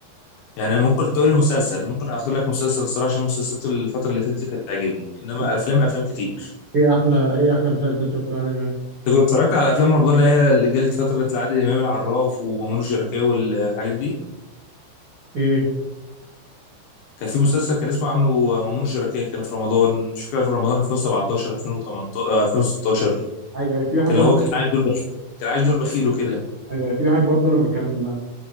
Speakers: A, on the left; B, on the right.
A: يعني ممكن تقول لي مسلسل ممكن اختار لك مسلسل الصراحه عشان المسلسلات اللي الفتره اللي فاتت دي كانت تعجبني انما
B: طب
A: افلام افلام كتير
B: ايه احلى ايه احلى مسلسل شفته لعادل امام
A: انت كنت اتفرجت على افلام رمضان اللي هي اللي جت فتره عادل امام العراف ومأمون الشركاه والحاجات دي
B: ايه
A: كان في مسلسل كان اسمه عامله مأمون الشركاه كان في رمضان مش فاكر في رمضان 2017 2018 آه، 2016
B: ايوه أيوة، في واحد
A: كان
B: برضه
A: هو كان عايش دور بخيل كان عايش دور بخيل وكده
B: ايوه في واحد برضه لما كان